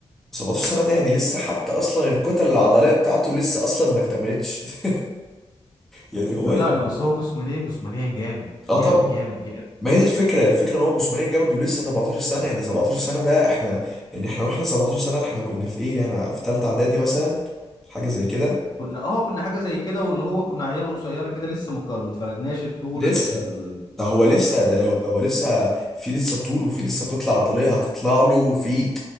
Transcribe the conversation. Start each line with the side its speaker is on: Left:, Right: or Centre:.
Centre: 17 سنة ده يعني لسه حتى أصلا الكتل العضلية بتاعته لسه أصلا ما اكتملتش <laughs> يعني هو
Left: لا
Centre: يعني
Left: لا بس هو جسمانيا جسمانيا جامد
Centre: اه
Left: جامد
Centre: طبعا
Left: جامد جامد
Centre: ما هي دي الفكرة الفكرة إن هو جسمانيا جامد ولسه 17 سنة يعني 17 سنة ده إحنا يعني إحنا وإحنا 17 سنة إحنا كنا في إيه يعني في تالتة إعدادي مثلا حاجة زي كده
Left: كنا اه كنا حاجه زي كده واللي هو كنا عيال قصيره كده لسه ما كان- ما فردناش طول
Centre: لسه
Left: ال...
Centre: ده هو لسه ده
Left: في
Centre: لو
Left: ال...
Centre: ده هو لسه في لسه طول وفي لسه كتلة عضلية هتطلع له وفي